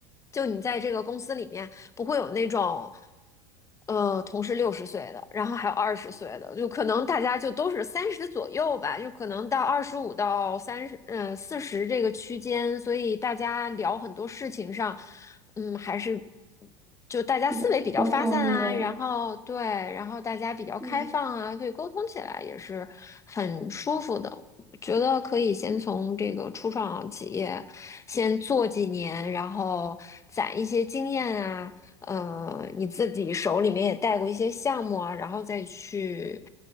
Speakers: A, on the left; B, in the centre.
A: 就你在这个公司里面。不会有那种，呃，同是六十岁的，然后还有二十岁的，就可能大家就都是三十左右吧，就可能到二十五到三十，嗯，四十这个区间，所以大家聊很多事情上，嗯，还是就大家思维比较发散啊，
B: 比较共同语言，
A: 然后对，然后大家比较开放啊，
B: 嗯。
A: 所以沟通起来也是很舒服的。我觉得可以先从这个初创企业先做几年，然后攒一些经验啊，呃，你自己手里面也带过一些项目啊，然后再去，